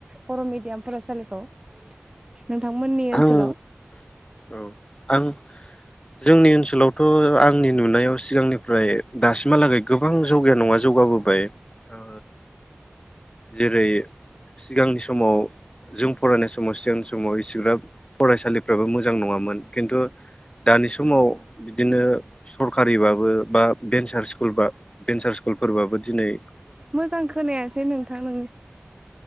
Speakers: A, on the right; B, on the left.
A: बर' मिडियाम फरायसालिखौ नोंथांमोननि
B: आं
A: ओनसोलाव
B: औ आं जोंनि ओनसोलावथ' आंनि नुनायाव सिगांनि ओमफ्राय दासिमहालागै गोबां जौगाया नङा जौगाबोबाय ओ जेरै सिगांनि समाव जों फरायनाय सम सम समाव इसिग्राब फरायसालिफ्राबो मोजां नङामोन खिन्थु दानि समाव बिदिनो सरकारिबाबो बा भेन्सार स्कुलब भेन्सार स्कुलफोरबाबो दिनै
A: मोजां खोनायासै नोंथां नों